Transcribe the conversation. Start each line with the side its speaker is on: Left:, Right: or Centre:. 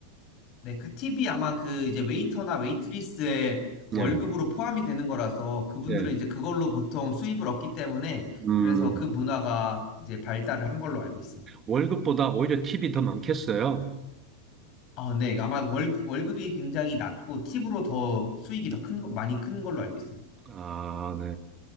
Left: 네, 그 팁이 아마 그 이제 웨이터나 웨이트리스의 월급으로
Right: 예,
Left: 포함이 되는 거라서 그분들은
Right: 예.
Left: 이제 그걸로 보통 수입을 얻기 때문에
Right: 음,
Left: 그래서 그 문화가 이제 발달을 한 걸로 알고 있습니다.
Right: 월급보다 오히려 팁이 더 많겠어요.
Left: 아, 네. 아마 월, 월급이 굉장히 낮고 팁으로 더 수익이 더 큰, 거- 많이 큰 걸로 알고 있습니다.
Right: 아, 네.